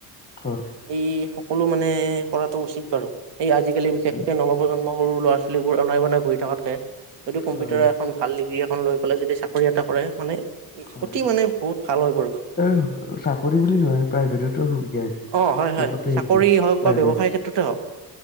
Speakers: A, on the left; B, on the right.
A: হয়,
B: এই সক কলো মানে, কৰাটো উচিত বাৰু। এই আজিকালি, বিশেষকৈ
A: হয়,
B: নৱপজন্ম সৰু ল'ৰা ছোৱীবোৰ অনাই বনাই ঘূৰি থকাতকৈ যদি কম্পিউটাৰ
A: হয়,
B: এখন ভাল ডিগ্ৰী খন লৈ পেলাই যদি চাকৰি এটা কৰে, মানে
A: হয়,
B: অতি
A: হয়।
B: মানে বহুত ভাল হৈ পৰিব
A: এই চাকৰি বুলি নহয়, প্ৰাইভেটটো সুবিধা আছে।
B: অ হয়
A: চবতে
B: হয় চাকৰি
A: আছে।
B: হওক
A: প্ৰাইভেট
B: বা ব্যৱসায় ক্ষেত্ৰতে হওক